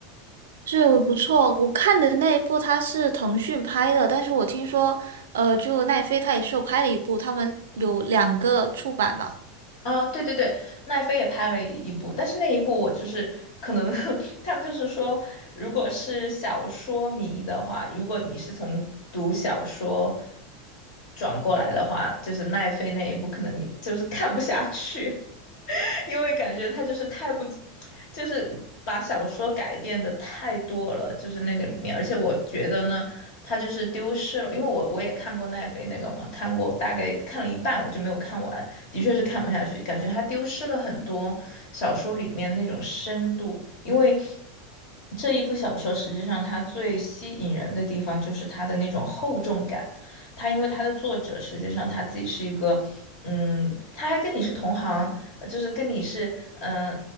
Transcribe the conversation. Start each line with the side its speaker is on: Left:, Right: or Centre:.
Right: 是，我不错。我看的那一部它是腾讯拍的，但是我听说，呃，就奈飞它也是有拍了一部，他们有两个出版嘛。
Left: 哦，对对对，奈飞也拍了一部，但是那一部我就是可能 <laughs> 他们就是说，如果是小说迷的话，如果你是从读小说转过来的话，就是奈飞那一部，可能你就是看不下去。因为感觉他就是太不就是把小说改变的太多了，就是那个里面，而且我觉得呢，他就是丢失了，因为我我也看过奈飞那个嘛，看过大概看了一半，我就没有看完，的确是看不下去，感觉他丢失了很多小说里面那种深度，因为。这一部小说实际上它最吸引人的地方就是它的那种厚重感，它因为它的作者实际上他自己是一个，嗯，他还跟你是同行，呃就是跟你是，呃